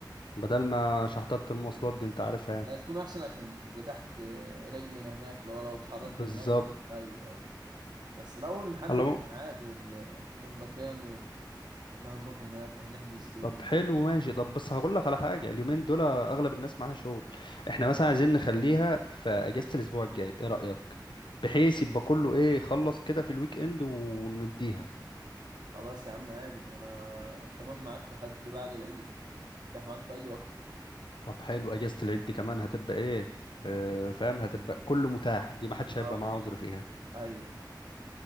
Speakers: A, on the left; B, on the right.
A: بدل ما شحطات المواصلات دي انت عارفها يعني
B: هي تكون أحسن عشان تبقى تحت رجلنا هناك لو لو اتحركنا
A: بالظبط
B: هناك وك- أيوة أيوة بس الأول نحدد
A: على العموم-
B: الميعاد وال... والمكان وال... واللي هنروحه هناك وهنحجز فين
A: طب
B: والدنيا
A: حلو ماشي طب بس هقول لك على حاجة اليومين دول اغلب الناس معاها شغل احنا مثلا عايزين نخليها في اجازة الاسبوع الجاي ايه رأيك بحيث يبقى كله ايه خلص كده في الويك اند ونديها
B: خلاص يا عم عادي أنا تمام معاك لحد بعد العيد متاح معاك في أي وقت
A: طب حلو اجازة العيد دي كمان هتبقى ايه اه فاهم هتبقى كله متاح دي ما حدش
B: اه
A: هيبقى معاه عذر فيها
B: ايوه